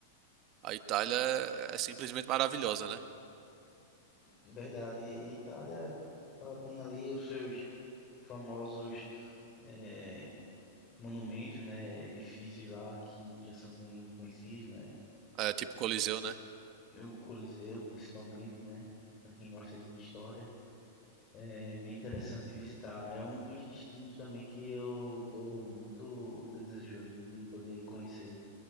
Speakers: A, on the right; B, on the left.
A: A Itália é é simplesmente maravilhosa, né?
B: De Verdade. A Itália, ela tem ali os seus famosos é, monumentos, né, edifícios lá que já são bem conhecidos, né,
A: É tipo Coliseu, né?
B: o Coliseu principalmente, né, para quem gosta aí de história, é bem interessante visitar. É um dos destinos também que eu tô muito desejoso de poder conhecer.